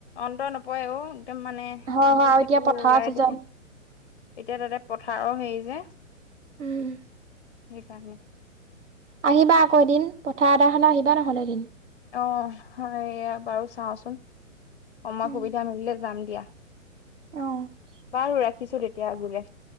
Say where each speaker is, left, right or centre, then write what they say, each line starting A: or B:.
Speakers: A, on the left; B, on the right.
A: অন্ত নপৰে একদম মানে
B: হয়
A: ইটো
B: হয় আৰু
A: সিটো
B: এতিয়া পথাৰ
A: ওলাই
B: চিজন
A: থাকে এতিয়া তাতে পথাৰৰ হেৰি যে
B: উঁম
A: কাৰণে
B: আহিবা আকৌ এদিন পথাৰ এদাৰখ আহিবা নহ'লে এদিন
A: অ হয় এইয়া বাৰু চাওঁচোন সময়
B: উম
A: সুবিধা মিলিলে যাম দিয়া
B: অ
A: বাৰু ৰাখিছো তেতিয়া আগ্ৰাই